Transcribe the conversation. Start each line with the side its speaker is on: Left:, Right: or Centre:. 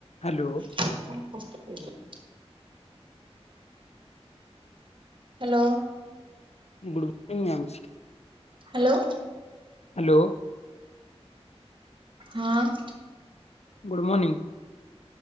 Left: Hello
Right: ତାକୁ କଷ୍ଟ ଦେଇଦେଉଛୁ ହ୍ୟାଲୋ
Left: ଗୁଡ଼୍ ମର୍ନିଂ ଆଉଛି
Right: ହ୍ୟାଲୋ
Left: ହ୍ୟାଲୋ
Right: ହଁ
Left: ଗୁଡ଼୍ ମନିଙ୍ଗି